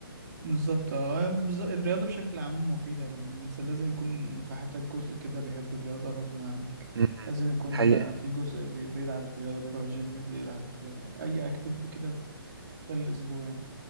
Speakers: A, on the right (about 45°); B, on the right (about 90°).
A: بالظبط آه، آه، بز- الرياضة بشكل عام مفيدة الإنسان لازم يكون في حياتك جزء كده بيحب الرياضة غصب عنك
B: م- م.
A: لازم يكون
B: حقيقة
A: آه، في جزء بي- بيلعب رياضة بيروح جيم بيلعب آه، أي أكتيفيتي كده في في الأسبوع يعني